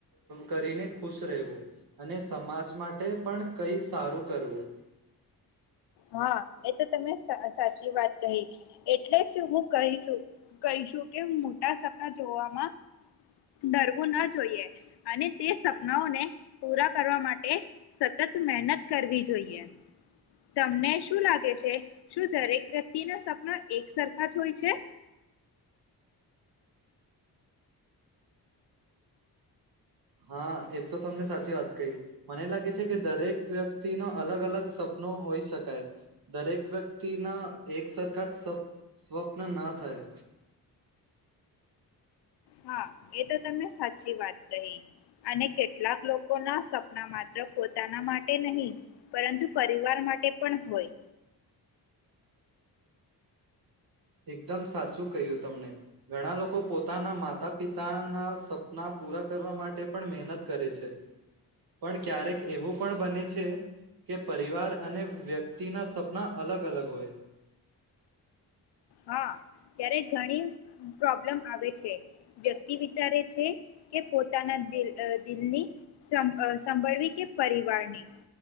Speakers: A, on the right; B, on the left.
A: કરીને ખુશ રહેવું, અને સમાજ માટે પણ કંઈ સારું કરવું.
B: હા એ તો તમે સાચી વાત કહી, એટલે હું કહીશું કહીશું કે મોટા સપના જોવામાં, ડરવું ના જોઈએ, અને તે સપનાઓને પૂરા કરવા માટે સતત મહેનત કરવી જોઈએ. તમને શું લાગે છે શું દરેક વ્યક્તિના સપના એક સરખા જ હોય છે?
A: હા એ તો તમને સાચી વાત કહી, મને લાગે છે કે દરેક વ્યક્તિના અલગ અલગ સ્વપ્નો હોઈ શકાય, દરેક વ્યક્તિના એકસરખા સ્વપ્ન ના થાય.
B: હા એ તો તમે સાચી વાત કહી, અને કેટલાક લોકોના સપના માત્ર પોતાના માટે નહી, પરંતુ પરિવાર માટે પણ હોય.
A: એકદમ સાચું કહ્યું તમને, ઘણા લોકો પોતાના માતા પિતાના સપના પૂરા કરવા માટે પણ મહેનત કરે છે, પણ ક્યારેક એવું પણ બને છે, કે પરિવાર અને વ્યક્તિના સપના અલગ અલગ હોય.
B: હા ત્યારે ઘણી પ્રોબ્લમ આવે છે, વ્યક્તિ વિચારે છે કે પોતાના દિલ દિલની સં સંંભળવી કે પરિવારની,